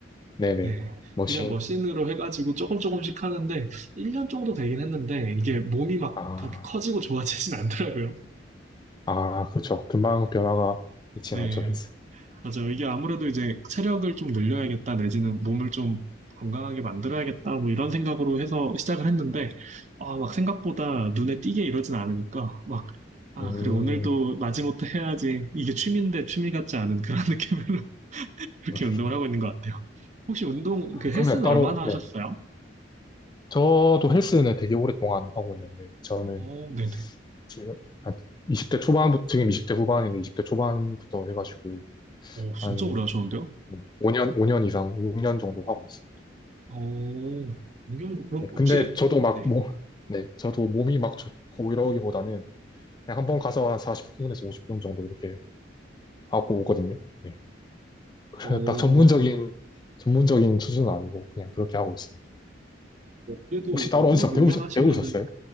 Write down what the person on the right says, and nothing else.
네.
그냥 머신으로 해가지고 조금 조금씩 하는데, 1년 정도 되긴 했는데, 이게 몸이 막
그렇게 커지고 좋아지진 않더라고요.
네.
맞아요. 이게 아무래도 이제 체력을 좀 늘려야겠다, 내지는 몸을 좀 건강하게 만들어야겠다, 뭐 이런 생각으로 해서 시작을 했는데, 아, 막 생각보다 눈에 띄게 이러진 않으니까, 막, 아,
그래, 오늘도 마지못해 해야지. 이게 취미인데 취미 같지 않은 그런 <laughs> 느낌으로 그렇게
운동을 하고 있는 것 같아요. 혹시 운동, 그 헬스는
얼마나 하셨어요?
어, 네네.
오, 진짜
오래 하셨는데요?
어, 경 그럼
혹시,
네,
어, 뭐
그래도
5년,
6년
하시면은